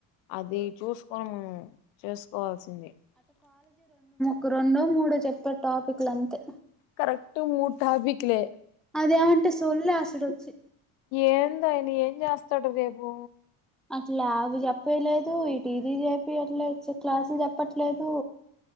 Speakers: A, on the left; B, in the centre.
A: అది చూసుకొని మేము చేసుకోవాల్సింది
B: ఒక రెండో మూడో చెప్ప టాపిక్లు అంతే
A: కరెక్ట్ మూడు టాపిక్లే
B: అదేమంటే సొల్లే ఆసడొచ్చి
A: ఏందాయనా ఏం చేస్తాడు రేపు
B: అట్లా అవి పోయలేదు ఇటు ఇది చెప్పియ్యట్లేదు క్లాసులు చెప్పట్లేదు